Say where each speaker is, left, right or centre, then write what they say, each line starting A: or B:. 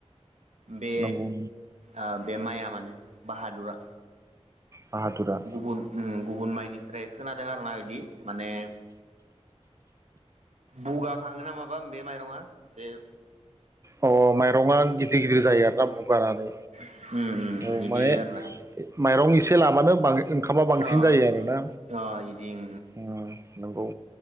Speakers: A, on the right; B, on the right.
A: बे
B: नंगौ
A: ओ बे माइआ मानो बाहादुरा
B: बाहादुरा
A: गुबुन उम गुबुन माइनिस्राय खोना- दों आरोना इदि। माने बुगाखाङो ना माबा बे माइरङा जे
B: अ माइरङा गिदिर गिदिर जायो आरोना बुगानानै
A: उम उम
B: औ
A: बिदि
B: माने
A: आरोना
B: माइरं इ इसे लाबानो बाङो ओंखामा बांसिन
A: अ
B: जायो आरोना
A: अ इदिं
B: उम नंगौ